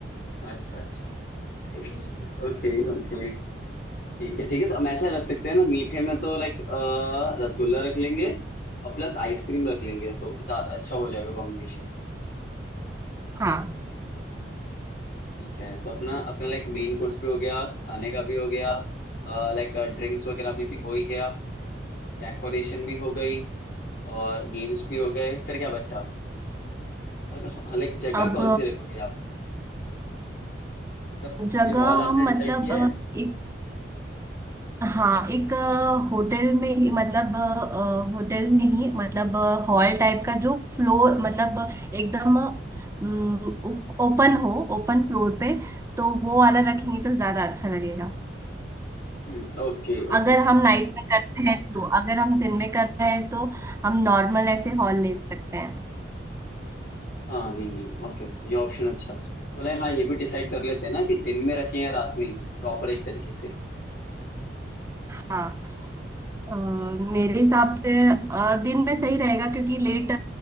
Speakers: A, on the left (about 50°); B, on the right (about 15°).
A: अच्छा अच्छा Okay okay ठीक है ठीक है तो हम ऐसा रख सकते हैं ना मीठे में तो लाइक रसगुल्ला रख लेंगे और प्लस आइसक्रीम रख लेंगे तो ज्यादा अच्छा हो जाएगा कॉम्बिनेशन
B: हाँ
A: ठीक है तो अपना अपना लाइक मेन कोर्स भी हो गया खाने का भी हो गया लाइक ड्रिंक्स वगैरह में भी हो ही गया डेकोरेशन भी हो गई और गेम्स भी हो गए फिर क्या बचा आप और लाइक जगह
B: अब
A: कौन सी रखोगे आप मतलब
B: जगह
A: कोई हॉल आपने
B: हम मतलब
A: डिसाइड किया
B: अ,
A: है
B: एक हाँ एक अ, होटल में ही मतलब अ, अ, होटल में ही मतलब अ, हॉल टाइप का जो फ्लोर मतलब अ, एकदम अम, ओपन हो ओपन फ्लोर पे तो वो वाला रखेंगे तो ज्यादा अच्छा लगेगा
A: हम्म ओके ओके
B: अगर
A: ठीक
B: हम नाइट
A: है ठीक
B: में
A: है
B: करते हैं तो अगर हम दिन में कर रहे हैं तो हम नॉर्मल ऐसे हॉल ले सकते हैं
A: हाँ नहीं नहीं ओके ओके ये ऑप्शन अच्छा अच्छा तो लाइक हाँ ये भी डिसाइड कर लेते हैं ना कि दिन में रखें या रात में ही प्रॉपर एक तरीके से
B: हाँ अ, मेरे हिसाब से अ, दिन में सही रहेगा क्योंकि लेट